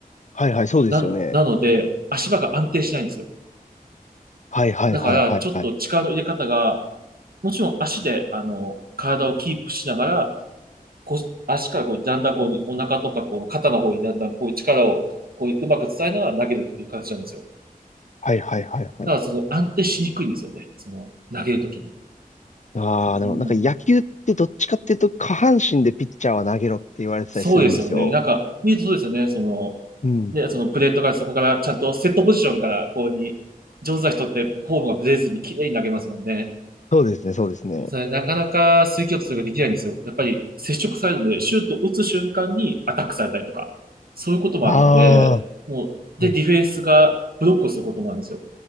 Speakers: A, on the left (about 50°); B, on the right (about 80°).
A: はいはい、そうですよね。
B: な、なので、足場が安定しないんですよ。
A: はいはいはいはいはい。
B: だから、ちょっと力の入れ方が、もちろん足で、あの、体をキープしながら、こう、足からこう、だんだんこう、お腹とか、こう、肩の方にだんだんこう、力を、こう、うまく伝えながら投げるっていう形なんですよ。
A: はいはいはいはい。
B: だから、その、安定しにくいんですよね。その、投げるときに。
A: ああ、
B: うん、
A: でもなんか野球ってどっちかっていうと下半身でピッチャーは投げろって言われてたりするんですよ。
B: そうですよね。なんか、見るとそうですよね。その、
A: うん。
B: ね、そのプレートがそこから、ちゃんとセットポジションから、こうに、上手な人ってフォームがブレずに綺麗に投げますもんね。
A: そうですね、そうですね。
B: それなかなか水球とができないんですよ。やっぱり接触されるので、シュートを打つ瞬間にアタックされたりとか、そういうこともあるんで、
A: あ
B: もう、で、
A: あ、はい。
B: ディフェンスがブロックをすることもあるんですよ。